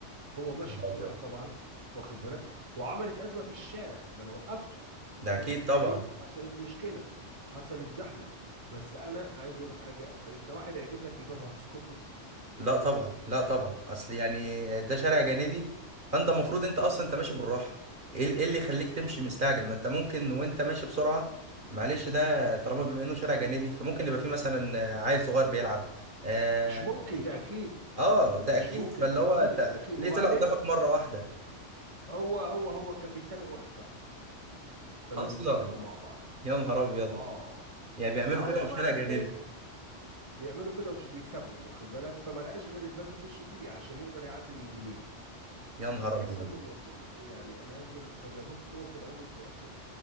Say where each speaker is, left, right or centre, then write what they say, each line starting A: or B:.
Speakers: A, on the right (about 30°); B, on the right (about 45°).
A: هو ماشي
B: يا نهار
A: بسرعه
B: ابيض
A: طبعا واخد بالك وعملت ازمه في الشارع ما انا وقفته
B: ده
A: فبالتالي
B: اكيد طبعا
A: حصلت مشكله حصلت زحمه بس انا عايز اقول لك حاجه انت واحد هيجيب لك الباب وهتسكت له
B: لا طبعا لا طبعا اصل يعني ده شارع جانبي فانت المفروض انت اصلا انت ماشي بالراحه ايه ال- إيه اللي يخليك تمشي مستعجل ما انت ممكن وانت ماشي بسرعه معلش ده طالما بما انه شارع جانبي فممكن يبقى فيه مثلا عيل صغير بيلعب اه
A: مش ممكن ده اكيد
B: آه، ده
A: مش
B: اكيد
A: ممكن
B: فاللي
A: ده
B: هو
A: اكيد
B: انت
A: ده اكيد
B: ليه
A: وبعدين
B: طلع قدامك مره واحده
A: هو هو هو كان بيسابق واحد صاحبه كانوا
B: اصلا
A: بيتسابقوا مع بعض
B: يا نهار ابيض
A: اه اه
B: يعني بيعملوا
A: اه آه،
B: كده
A: والله
B: في شارع
A: راح
B: جانبي
A: جاي بيعملوا كده وش- بيتسابقوا واخد بالك فما لقاش غير الباب يخش فيه عشان يقدر يعدي من زميله
B: يا نهار
A: فتحس
B: ابيض
A: ان الموضوع يعني انا عايز اقول لك حاجه بص هو في الاول وفي الاخر